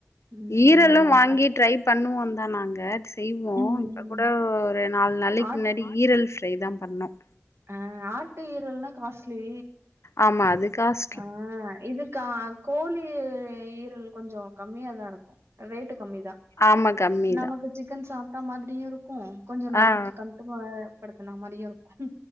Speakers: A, on the right (about 65°); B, on the left (about 75°).
A: ம்
B: ஈரலும்
A: ஆமாங்க்கா
B: வாங்கி ட்ரை பண்ணுவோம் தான் நாங்க செய்வோம்
A: ம்
B: இப்ப கூட ஒரு நாலு நாளைக்கு
A: ஆட்
B: முன்னாடி ஈரல் ஃப்ரை தான் பண்ணோம்
A: அ ஆட்டு ஈரல்னா காஸ்ட்லி
B: ஆமா அது காச
A: ஆ இதுக்கு கோழி ஈரல் கொஞ்சோம் கம்மியா தா இருக்கும் ரேட்டு கம்மி தான்
B: ஆமா கம்மிதா
A: நமக்கு சிக்கன் சாப் ட்ட மாதிரியும் இருக்கும் கொஞ்சம் நாக்கு
B: ஆ ஆ
A: கட்டும ப்படுத்தினா மாதிரியும் இருக்கும்